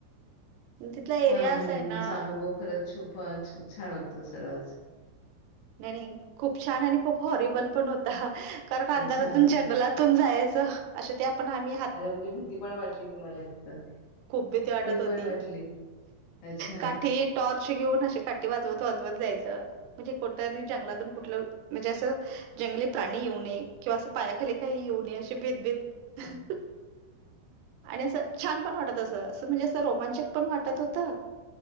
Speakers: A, on the right; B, on the left.
A: तिथला
B: हा
A: एरिया
B: म्हणजे
A: असा आहे ना
B: तुमचा अनुभव खरंच छुप छान वाटतो सगळाच
A: नाही, नाही खूप छान आणि खूप हॉरेबल पण होता कारण अंधारातून
B: अच्छा.
A: जंगलात तून जायाच अश्या त्या पण आणि
B: अच्छा म्हणजे भीती पण वाटली तुम्हाला तिथं
A: खूप भीती वाटत होती
B: पण वाटली. अच्छा.
A: काठीत टॉर्च घ्यून अशी काठी वाजवत, वाजवत जायचं कुटं बी जंगलातून कुटलं म्हणजे असं जंगली प्राणी येऊ नये किंवा असं पायाखाली काही येऊ नये अशी भीत, भीत
B: <unintelligible>
A: आणि असं छान पण वाटत असं, असं म्हणजे असं रोमांचक पण वाटत होतं